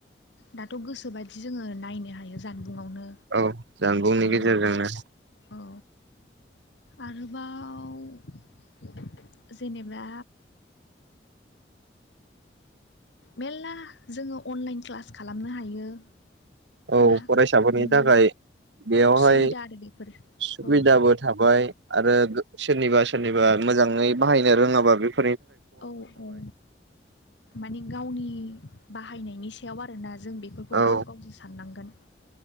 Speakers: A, on the left; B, on the right.
A: दाथ' गोसोबायदि जोङो नायनो हायो जान बुङावनो
B: औ जानबुंनि
A: औ
B: गेजेरजोंनो
A: औ। आरोबा व जेनेबा मेर्ला जोङो अनलाइन क्लास खालामनो हायो।
B: औ
A: ना
B: फरायसाफोरनि
A: उम
B: थाखाय बेयावहाय
A: सुबिदा आरो बेफोर
B: सुबिदाबो
A: औ
B: थाबाय आरो सोरनिबा सोरनिबा मोजाङै बाहायनो रोङाबा बे
A: औ - औ मानि गावनि बाहायनायनि सायाव आरोना जों बेफोरखौ
B: औ
A: गाव गावजों साननांगोन